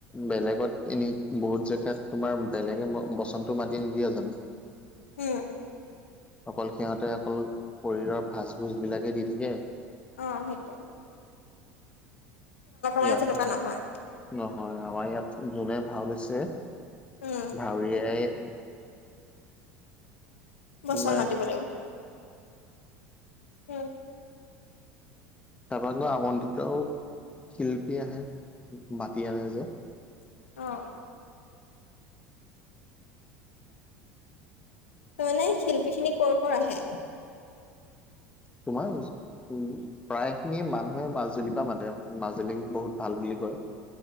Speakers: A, on the left; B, on the left.
A: বেলেগত এনে বহুত জেগাত তোমাৰ বেলেগে বচনতো মাতি নিদিয়ে জানো।
B: উম।
A: অকল সিহঁতে অকল খৰিহো ভাস ভুস বিলাকে দি থাকে।
B: অ', সেইটোযে মানে
A: ইয়াতটো,
B: তেনেকুৱা নহয়
A: নহয় আমাৰ ইয়াত যোনে ভাও লৈছে
B: উম
A: ভাউৰীয়াই।
B: বচন
A: তোমাৰ
B: মাতিব লাগিব। উম।
A: তাৰপৰা গৈ, আমন্ত্ৰিত শিল্পী আহে, মাতি আনে যে।
B: অ'। মানে শিল্পী খিনি ক'ৰ ক'ৰ আহে?
A: তোমাৰ উম, প্ৰায় খিনি মানুহে মাজুলীৰ পৰা মাতে, মাজুলী খিনি বহুত ভাল বুলি কয়।